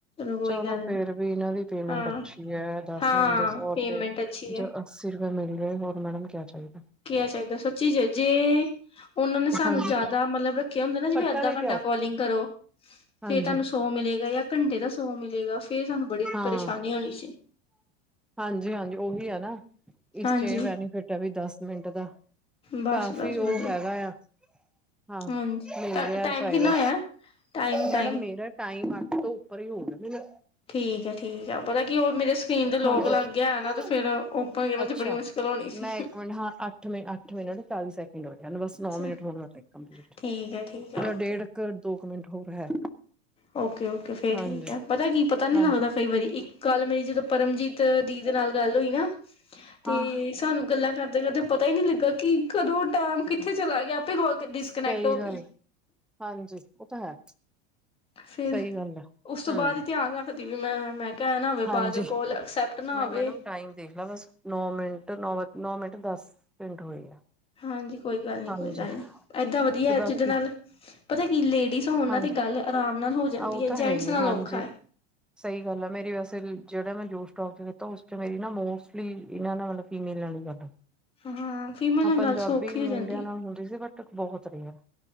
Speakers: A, on the left (about 15°); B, in the centre.
A: ਕੋਈ
B: ਚਲੋ
A: ਗੱਲ
B: ਫੇਰ
A: ਨੀ
B: ਵੀ ਇਹਨਾਂ ਦੀ ਪੇਮੈਂਟ
A: ਹਾਂ
B: ਅੱਛੀ ਹੈ ਦੱਸ
A: ਹਾਂ
B: ਮਿੰਟ ਦੇ ਸੌ
A: ਪੇਮੈਂਟ
B: ਰੁਪਏ।
A: ਅੱਛੀ ਹੈ
B: ਅੱਸੀ ਰੁਪਏ ਮਿਲ ਰਹੇ ਹੋਰ ਮੈਡਮ ਕਿਆ ਚਾਹੀਦਾ।
A: ਕੀ ਚਾਹੀਦਾ ਸੱਚੀ ਜ ਜੇ ਉਹਨਾਂ ਨੇ ਸਾਨੂੰ
B: ਹਾਂਜੀ
A: ਜ਼ਿਆਦਾ ਮਤਲਬ ਰੱਖਿਆ ਹੁੰਦਾ ਨਾ ਜਿਵੇਂ
B: ਫੱਟਾ
A: ਅੱਧਾ
B: ਲੈ
A: ਘੰਟਾ
B: ਕੇ ਆਓ
A: ਕੋਲਿੰਗ ਕਰੋ।
B: ਹਾਂਜੀ
A: ਫੇਰ ਤੁਹਾਨੂੰ ਸੌ ਮਿਲੇਗਾ ਜਾਂ ਘੰਟੇ ਦਾ ਸੌ ਮਿਲੇਗਾ ਫੇਰ ਸਾਨੂੰ ਬੜੀ
B: ਹਾਂ
A: ਪਰੇਸ਼ਾਨੀ ਹੋਣੀ ਸੀ।
B: ਹਾਂਜੀ ਹਾਂਜੀ ਉਹੀ ਹੈ ਨਾ। ਇਸ
A: ਹਾਂਜੀ
B: ਚ ਇਹ ਬੈਨੀਫਿਟ ਹੈ ਵੀ ਦਸ ਮਿੰਟ ਦਾ
A: ਬਸ
B: ਕਾਫ਼ੀ
A: ਬਸ
B: ਉਹ
A: ਵਧੀਆ
B: ਹੈਗਾ ਆ। ਹਾਂ
A: ਹਾਂਜੀ
B: ਮਿਲ ਰਿਹਾ
A: ਟਾਈਮ
B: ਫਾਇਦਾ
A: ਕਿੰਨਾ ਹੋਇਆ ਟਾਈਮ ਟਾਈਮ
B: ਮੈਡਮ ਮੇਰਾ। ਟਾਈਮ ਅੱਠ ਤੋਂ ਉੱਪਰ ਹੀ ਹੋਣਗੇ।
A: ਠੀਕ ਹੈ ਠੀਕ ਹੈ ਪਤਾ ਕੀ ਉਹ ਮੇਰੇ ਟੀਂਨ ਦੇ ਲੋਕ
B: ਹਾਂਜੀ
A: ਲੱਗਿਆ ਨਾ ਤੇ ਫਰ ਓਪਨ
B: ਅੱਛਾ
A: ਚ ਬੜੀ ਮੁਸ਼ਕਿਲ ਹੋਣੀ ਸੀ।
B: ਮੈਂ ਇੱਕ ਮਿੰਟ ਹਾਂ ਅੱਠ ਮਿੰਟ ਚਾਲੀ ਸੈਕਿੰਡ ਹੋ ਗਿਆ। ਬਸ
A: ਅੱਛਾ
B: ਨੌ ਮਿੰਟ ਹੋਨ ਵਾਲੇ ਕੰਪਲੀਟ
A: ਠੀਕ ਹੈ ਠੀਕ ਹੈ ਓਕੇ
B: ਡੇਢ। ਘਰ ਦੋ ਕੁ ਮਿੰਟ ਹੋਰ ਹੈ
A: ਓਕੇ ਓਕੇ ਫੇਰ
B: ਹਾਂਜੀ
A: ਠੀਕ ਹੈ ਪਤਾ ਕੀ ਪਤਾ ਨੀ
B: ਹਾਂਜੀ
A: ਲੱਗਦਾ ਕਈ ਵਾਰੀ ਇੱਕ ਕਲ ਮੇਰੀ ਜਦੋਂ ਪਰਮਜੀਤ ਦੀ ਦੇ ਨਾਲ ਗੱਲ ਹੋਈ ਨਾ ਤੇ
B: ਹਾਂ
A: ਸਾਨੂੰ ਗੱਲਾਂ ਕਰਦੇ ਕਰਦੇ ਪਤਾ ਹੀ ਨੀ ਲੱਗਾ ਕਿ ਕਦੋਂ ਟਾਈਮ ਕਿੱਥੇ ਚਲਾ ਗਿਆ ਆਪੇ ਕੋਲ ਡਿਸਕਨੈਕਟ
B: ਸਹੀ
A: ਹੋ ਗਈ
B: ਗੱਲ ਹਾਂਜੀ ਉਹ ਤਾਂ ਹੈ।
A: ਫੇਰ
B: ਸਹੀ ਗੱਲ ਹੈ
A: ਉਸ ਤੋਂ
B: ਹਮ
A: ਬਾਅਦ ਹੀ ਧਿਆਨ ਰੱਖਦੀ ਵੀ ਮੈਂ ਮੈਂ। ਇਹਿ ਨਾ ਹੋਵੇ
B: ਹਾਂਜੀ
A: ਬਾਅਚੋ ਕੋਲ ਐਕਸੈਪਟ ਨਾ
B: ਮੈਂ
A: ਆਵੇ।
B: ਮੈਡਮ ਟਾਈਮ ਦੇਖ ਲ ਬੱਸ। ਨੌ ਮਿੰਟ ਨੌ ਨੌ ਮਿੰਟ ਦੱਸ ਸਕਿੰਟ ਹੋਏ ਆ।
A: ਹਾਂਜੀ ਕੋਈ ਗੱਲ ਨੀ
B: ਹਾਂਜੀ
A: ਕੋਈ ਗੱਲ ਨਹੀਂ ਏਦਾਂ ਵਧੀਆ
B: ਤੇ ਬਾਕੀ
A: ਜਿਦੇ ਨਾਲ ਪਤਾ ਕੀ ਲੇਡੀਜ਼ ਉਹਨਾਂ
B: ਹਾਂਜੀ
A: ਦੀ ਗੱਲ ਆਰਾਮ ਨਾਲ ਹੋ ਜਾਂਦੀ
B: ਆਹ ਉਹ
A: ਹੈ
B: ਤਾਂ
A: ਜੈਂਟਸ
B: ਹੀ
A: ਨਾਲ
B: ਆ, ਹਾਂਜੀ
A: ਔਖਾ ਹੈ।
B: ਸਹੀ ਗੱਲ ਆ ਮੇਰੀ ਬਸ ਫਿਰ ਜਿਹੜਾ ਮੈਂ ਜੋਸ਼ਟੋਕ ਚ ਕੀਤਾ ਉਸ ਚ ਮੇਰੀ ਨਾ ਮੋਸਟਲੀ ਇਹਨਾ ਨਾਲ ਫੀਮੇਲ ਨਾਲ ਹੀ ਗੱਲ।
A: ਹਾਂ ਫੀਮੇਲ
B: ਹਾਂ
A: ਨਾਲ
B: ਪੰਜਾਬੀ
A: ਗੱਲ ਸੌਖੀ
B: ਮੁੰਡਿਆਂ
A: ਹੋ ਜਾਂਦੀ
B: ਨਾਲ ਹੁੰਦੀ ਸੀ ਬਟ ਬਹੁਤ ਰਿਹਾ।